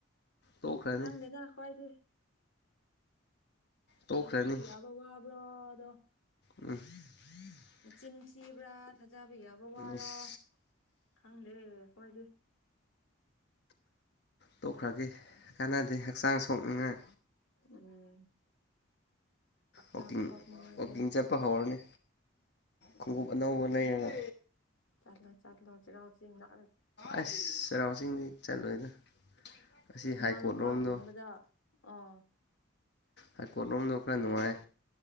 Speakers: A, on the left; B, on the left.
A: ꯇꯣꯛꯈ꯭ꯔꯅꯤ
B: ꯈꯪꯗꯦꯗ ꯑꯈꫭꯏꯗꯤ
A: ꯇꯣꯛꯈ꯭ꯔꯅꯤ
B: ꯊꯥꯖꯕ ꯌꯥꯕ ꯋꯥꯕ꯭ꯔꯣ ꯑꯗꯣ
A: ꯎꯝ <unintelligible>
B: ꯆꯤꯟ ꯊꯤꯕ꯭ꯔꯥ ꯊꯥꯖꯕ ꯌꯥꯕ ꯋꯥꯔ
A: ꯑꯁ
B: ꯈꯪꯗꯦ ꯑꯈꯣꯏꯗꯤ
A: ꯇꯣꯛꯈ꯭ꯔꯒꯦ ꯀꯥꯟꯅꯗꯦ ꯍꯛꯆꯥꯡ ꯁꯣꯛꯅꯤꯡꯉꯥꯏ
B: ꯎꯝ ꯍꯛꯆꯥꯡ
A: ꯋꯥꯀꯤꯡ
B: ꯁꯣꯛꯅꯤꯡꯉꯥꯏ
A: ꯋꯥꯀꯤꯡ ꯆꯠꯄ ꯍꯧꯔꯅꯤ
B: ꯎꯝ
A: ꯈꯣꯡꯎꯞ ꯑꯅꯧꯕ ꯂꯩꯔꯒ
B: ꯆꯠꯂꯣ ꯆꯠꯂꯣ ꯆꯩꯔꯥꯎ ꯆꯤꯡꯗ
A: ꯑꯁ ꯆꯩꯔꯥꯎ ꯆꯤꯡꯗꯤ ꯆꯠꯂꯣꯏꯗ ꯑꯁꯤ
B: ꯈꯨꯃꯟ
A: ꯍꯥꯏ ꯀꯣꯔꯠ
B: ꯂꯝꯄꯥꯛ
A: ꯔꯣꯝꯗꯣ
B: ꯒꯨꯝꯕꯗ ꯑꯥ
A: ꯍꯥꯏ ꯀꯣꯔꯠꯂꯣꯝ ꯅꯥ ꯈꯔ ꯅꯨꯡꯉꯥꯏꯌ‌ꯦ